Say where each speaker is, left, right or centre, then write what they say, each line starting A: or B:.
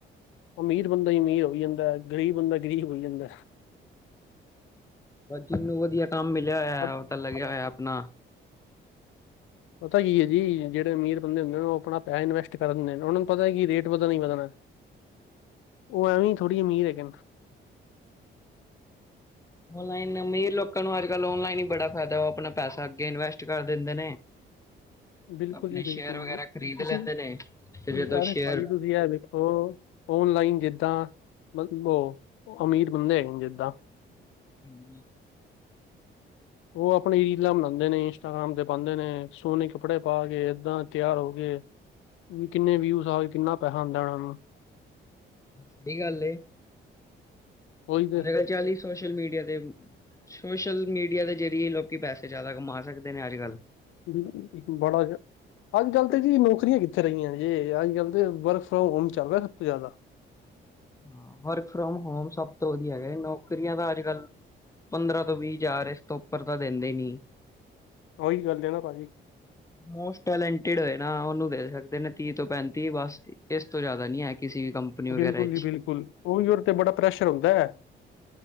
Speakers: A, on the left; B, on the left.
A: ਅਮੀਰ ਬੰਦਾ ਹੀ ਅਮੀਰ ਹੋਈ ਜਾਂਦਾ, ਗ਼ਰੀਬ ਬੰਦਾ ਗਰੀਬ ਹੋਈ ਜਾਂਦਾ
B: ਜਿਨੂੰ ਵਧੀਆ ਕੰਮ ਮਿਲਿਆ ਹੋਇਆ ਹੈ,
A: ਪ
B: ਔਹ ਤਾਂ ਲੱਗਿਆ ਹੋਇਆ ਆਪਣਾ
A: ਪਤਾ ਕੀ ਹੈ ਜੀ ਜਿਹੜੇ ਅਮੀਰ ਬੰਦੇ ਹੁੰਦੇ ਨੇ ਉਹ ਆਪਣਾ ਪੈਸਾ ਇਨਵੈਸਟ ਕਰ ਦਿੰਦੇ ਨੇ, ਉਹਨਾਂ ਨੂੰ ਪਤਾ ਹੈ ਕਿ ਰੇਟ ਵਧਣਾ ਹੀ ਵਧਣਾ ਔ ਐਵੇਂ ਈ ਥੋੜ੍ਹੀ ਅਮੀਹ ਹੈ ਕਿਨ
B: ਔਨਲਾਈਨ, ਅਮੀਰ ਲੋਕਾਂ ਨੂੰ ਅੱਜ ਕੱਲ ਔਨਲਾਈਨ ਹੀ ਬੜਾ ਫਾਇਦਾ ਆਪਣਾ ਪੈਸਾ ਅੱਗੇ ਇਨਵੈਸਟ ਕਰ ਦਿੰਦੇ ਨੇ
A: ਬਿਲਕੁਲ
B: ਆਪਣੇ
A: ਜੀ-ਬਿਲਕੁਲ
B: ਸ਼ੇਅਰ ਵਗੈਰਾ
A: ਜੀ,
B: ਖਰੀਦ
A: ਤੁਸੀਂ
B: ਲੈਂਦੇ ਨੇ ਤੇ ਜਦੋਂ
A: ਯਾਰ
B: ਸ਼ੇਅਰ
A: ਭਾਜੀ ਤੁਸੀਂ ਐ ਵੇਖੋ, ਔਨਲਾਈਨ ਜਿੱਦਾਂ ਮਤਲਬ ਔ, ਔ ਅਮੀਰ ਬੰਦੇ ਹੈਗੇ ਨੇ ਜਿੱਦਾਂ
B: ਹਾਂਜੀ
A: ਔ ਆਪਣੀ ਰੀਲਾਂ ਬਣਾਉਂਦੇ ਨੇ ਇੰਸਟਾਗ੍ਰਾਮ ਤੇ ਪਾਉਂਦੇ ਨੇ ਸੋਹਣੇ ਕੱਪੜੇ ਪਾ ਕੇ ਏਦਾਂ ਤਿਆਰ ਹੋ ਗਏ ਵੀ ਕਿੰਨੇ ਵਿਊ ਆ ਕਿੰਨਾ ਪੈਸਾ ਆਉਂਦਾ ਉਹਨਾਂ ਨੂੰ
B: ਸਹੀ ਗੱਲ ਹੈ
A: ਉਹੀ ਤੇ
B: ਅੱਜ ਕੱਲ੍ਹ ਚਾਲੀ ਸੋਸ਼ਲ ਮੀਡੀਆ ਤੇ ਸੋਸ਼ਲ ਮੀਡੀਆ ਦੇ ਜ਼ਰੀਏ ਲੋਕੀ ਪੈਸੇ ਜ਼ਿਆਦਾ ਕਮਾ ਸਕਦੇ ਨੇ ਅੱਜ ਕੱਲ੍ਹ
A: ਵੀ ਇੱਕ ਬੜਾ ਜ ਅੱਜ ਕੱਲ੍ਹ ਤਾਂ ਜੀ ਨੌਕਰੀਆਂ ਕਿੱਥੇ ਰਹੀਆਂ ਜੇ ਅੱਜ ਕੱਲ੍ਹ ਤਾਂ ਵਰਕ ਫਰੋਮ ਹੋਮ ਚੱਲ ਰਿਹਾ ਸਭ ਤੋਂ ਜ਼ਿਆਦਾ <inaudible>
B: ਹਾਂ ਵਰਕ ਫਰੋਮ ਹੋਮ ਸਭ ਤੋਂ ਵਧੀਆ ਨੌਕਰੀਆਂ ਦਾ ਅੱਜ ਕੱਲ ਪੰਦਰਾਂ ਤੋਂ ਵੀਹ ਹਜ਼ਾਰ ਇਸ ਤੋਂ ਉੱਪਰ ਤਾਂ ਦਿੰਦੇ ਨੀ
A: ਉਹੀ ਗੱਲ ਹੈ ਨਾ ਭਾਜੀ
B: ਮੋਸਟ ਟੈਲਟੇਡ ਹੋ ਨਾ ਉਹਨੂੰ ਦੇ ਸਕਦੇ ਨੇ ਤੀਹ ਤੋਂ ਪੈਂਤੀ ਬਸ ਇਸ ਤੋਂ ਜ਼ਿਆਦਾ ਨੀ ਹੈ ਕਿਸੇ ਵੀ ਕੰਪਨੀ ਵਗੈਰਾ
A: ਬਿਲਕੁਲ
B: ਵਿੱਚ
A: ਜੀ ਬਿਲਕੁਲ ਉਹਹੀ ਉਹਦੇ ਤੇ ਬੜਾ ਪ੍ਰੈਸ਼ਰ ਆਉਂਦਾ ਹੈ